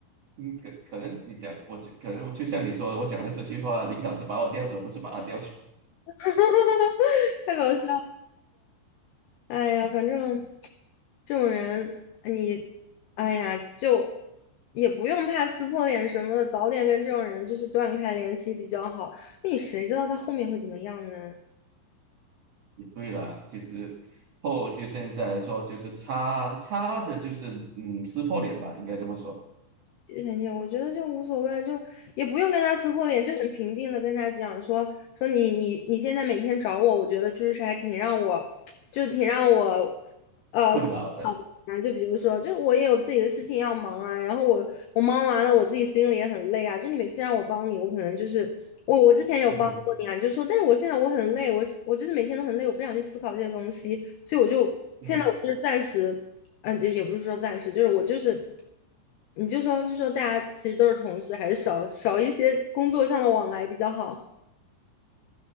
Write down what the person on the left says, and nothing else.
<laughs> 太搞笑。哎呀，反正这种人，你，哎呀，就也不用怕撕破脸什么的，早点跟这种人就是断开联系比较好。那你谁知道他后面会怎么样呢？
很也，我觉得就无所谓，就也不用跟他撕破脸，就很平静的跟他讲说说你你你现在每天找我，我觉得就是还挺让我，就挺让我。呃。
啊，就比如说，就我也有自己的事情要忙啊，然后我我忙完了，我自己心里也很累啊。就你每次让我帮你，我可能就是我我之前有帮过你啊，
你就说，但是我现在我很累，我我就是每天都很累，我不想去思考这些东西，所以我就现在我就是暂时，
嗯、就也不是说暂时，就是我就是，你就说就说大家其实都是同事，还是少少一些工作上的往来比较好。